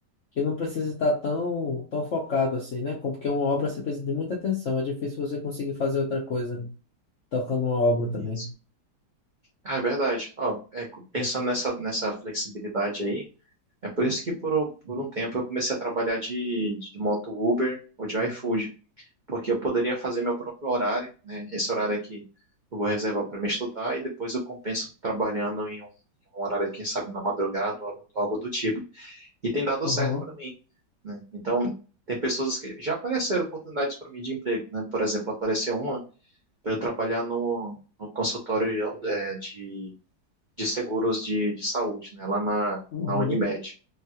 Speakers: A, on the left; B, on the right.
A: que não precisa estar tão, tão focado assim, né? Com- Porque uma obra você precisa de muita atenção. É difícil você conseguir fazer outra coisa tocando uma obra também.
B: Isso. Ah, é verdade. Ó, é, co- pensando nessa, nessa flexibilidade aí, é por isso que por, um- por um tempo eu comecei a trabalhar de, de moto Uber ou de iFood, porque eu poderia fazer meu próprio horário, né? Esse horário aqui eu vou reservar para me estudar e depois eu compenso trabalhando em um, em um horário, quem sabe, na madrugada ou algo do tipo. e tem dado
A: Uhum,
B: certo para mim, né? Então, tem pessoas que já apareceram oportunidades para mim de emprego, né? Por exemplo, apareceu uma para eu trabalhar no, no consultório é, de, de seguros de, de saúde, né? Lá na,
A: uhum,
B: na Unimed,